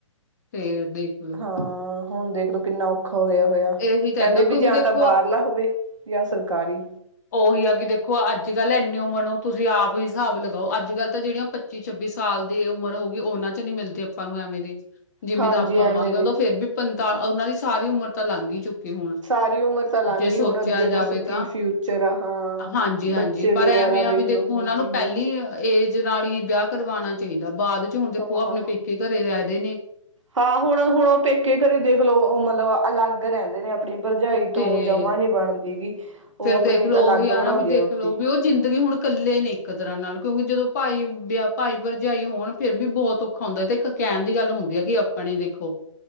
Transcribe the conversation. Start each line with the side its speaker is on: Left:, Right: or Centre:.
Left: ਫੇਰ ਦੇਖਲੋ
Right: ਹਾਂ। ਹੁਣ ਦੇਖਲੋ ਕਿੰਨਾ ਔਖਾ ਹੋਇਆ ਹੋਇਆ,
Left: ਇਹੀ ਤਾਂ
Right: ਕਹਿੰਦੇ
Left: ਹੈਗਾ ਕਿਉਂਕਿ
Right: ਵੀ ਜਾਂ
Left: ਦੇਖੋ
Right: ਤਾਂ ਬਾਹਰਲਾ ਹੋਵੇ ਜਾਂ ਸਰਕਾਰੀ
Left: ਉਹੀ ਆ ਕਿ ਦੇਖੋ ਅੱਜ ਕੱਲ ਇੰਨੀ ਉਮਰ ਨੂੰ ਤੁਸੀਂ ਆਪ ਹੀ ਹਿਸਾਬ ਲਗਾਓ ਅੱਜ ਕੱਲ੍ਹ ਤਾਂ ਜਿਹੜੀਆਂ ਪੱਚੀ- ਛੱਬੀ ਸਾਲ ਦੀ ਉਮਰ ਹੋ ਗਈ ਉਹਨਾਂ ਚ ਨੀ ਮਿਲਦੀ ਆਪਾਂ ਨੂੰ ਐਵੇਂ, ਦੇ ਜਿਵੇਂ
Right: ਹਾਂਜੀ
Left: ਦਾ ਆਪਾਂ
Right: ਐਵੇਂ
Left: ਮੰਗਦੇ
Right: ਦੇ
Left: ਉਹ ਤਾਂ ਫੇਰ ਵੀ ਪੰਤਾਲ
Right: ਹਮ
Left: ਉਹਨਾਂ ਦੀ ਸਾਰੀ ਉਮਰ ਤਾਂ ਲੰਘ ਹੀ ਚੁੱਕੇ ਹੁਣ
Right: ਸਾਰੀ ਉਮਰ ਤਾਂ ਲੰਘ
Left: ਜੇ
Right: ਗਈ
Left: ਸੋਚਿਆ
Right: ਹੁਣ ਅੱਗੇ
Left: ਜਾਵੇ
Right: ਦੱਸੋ
Left: ਤਾਂ।
Right: ਕੀ ਫਿਊਚਰ ਆ ਹਾਂ
Left: ਹਾਂਜੀ- ਹਾਂਜੀ,
Right: ਬੱਚੇ
Left: ਪਰ
Right: ਵਗੈਰਾ
Left: ਐਵੇਂ
Right: ਦੇਖਲੋ
Left: ਆ ਵੀ ਦੇਖੋ
Right: ਹੁਣ
Left: ਉਹਨਾਂ
Right: ਕੀ
Left: ਨੂੰ ਪਹਿਲੀ
Right: ਹੋਣਗੇ
Left: ਏਜ ਨਾਲ ਹੀ ਵਿਆਹ ਕਰਵਾਉਣਾ ਚਾਹੀਦਾ ਬਾਅਦ ਚ ਹੁਣ ਦੇਖੋ
Right: ਹਾਂ
Left: ਆਪਣੇ
Right: ਹਾਂ
Left: ਪੇਕੇ ਘਰੇ ਰਹਿਦੇ ਨੇ।
Right: ਹਾਂ ਹੁਣ, ਹੁਣ ਉਹ ਪੇਕੇ ਘਰੇ ਦੇਖ ਲਓ ਉਹ ਮਤਲਬ ਅਲੱਗ ਰਹਿੰਦੇ ਨੇ। ਆਪਣੀ ਭਰਜਾਈ
Left: ਤੇ
Right: ਤੋਂ ਜਮਾ ਨੀ ਬਣਦੀ ਹੈਗੀ, ਉਹ
Left: ਫੇਰ
Right: ਆਪਣੀ
Left: ਦੇਖਲੋ
Right: ਅਲੱਗ
Left: ਉਹੀ ਆ
Right: ਬਣਾਉਂਦੀ
Left: ਨਾ ਵੀ ਦੇਖਲੋ
Right: ਹੈ ਰੋਟੀ।
Left: ਵੀ ਉਹ ਜ਼ਿੰਦਗੀ ਹੁਣ ਇਕੱਲੇ ਨੇ ਇੱਕ ਤਰ੍ਹਾਂ ਨਾਲ, ਕਿਉਂਕਿ ਜਦੋਂ ਭਾਈ ਭਰਜਾਈ ਹੋਣ ਫਿਰ ਵੀ ਬਹੁਤ ਔ ਖਾਉਦਾ ਤੇ ਇੱਕ ਕਹਿਣ ਦੀ ਗੱਲ ਹੁੰਦੀ ਹੈ ਕਿ ਆਪਣੇ ਦੇਖੋ